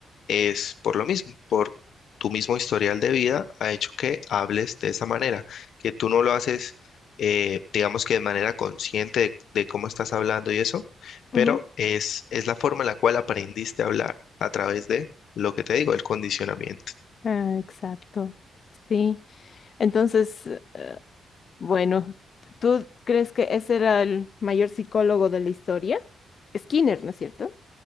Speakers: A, on the left; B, on the left.
A: es por lo mismo, por tu mismo historial de vida ha hecho que hables de esa manera, que tú no lo haces, eh, digamos que de manera consciente de, de cómo estás hablando y eso, pero
B: ujú.
A: es, es la forma en la cual aprendiste a hablar a través de lo que te digo, el condicionamiento.
B: Ah, exacto. Sí. Entonces, eh, bueno, ¿tú crees que ese era el mayor psicólogo de la historia? Skinner, ¿no es cierto?